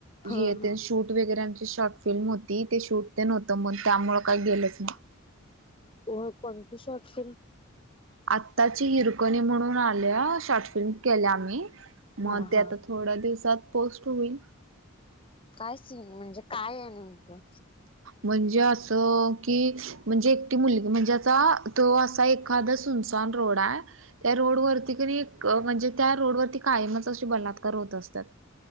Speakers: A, on the left (about 25°); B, on the right (about 65°).
A: हा
B: हे
A: हा
B: ते शूट वगैरे आमची शॉर्ट फिल्म होती ते शूट ते नव्हतं म त्यामुळ काल गेलंच ना
A: होय कोणती शॉर्ट फिल्म?
B: आत्ताची हिरकणी म्हणून आल्या शॉर्ट फिल्म केल्या मी मग
A: हा
B: ते
A: हा
B: आता थोड्या दिवसात पोस्ट होईल
A: काय सीन म्हणजे काय आहे नेमकं?
B: म्हणजे असं की म्हणजे एकटी मुल म्हणजे आता तो असा एखादा सुम सान रोडा हाय त्या रोडवरती तरी म्हणजे त्या रोडवरती कायमच अशी बलात्कार होत असतात